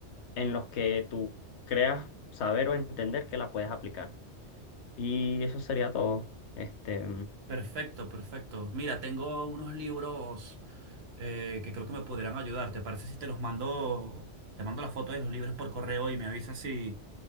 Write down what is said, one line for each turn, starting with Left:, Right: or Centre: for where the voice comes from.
Left: en los que tú creas saber o entender que la puedes aplicar. Y eso sería todo. Este,
Right: Perfecto, perfecto. Mira, tengo unos libros eh, que creo que me podrían ayudar. ¿Te parece si te los mando, te mando las fotos de los libros por correo y me avisas si,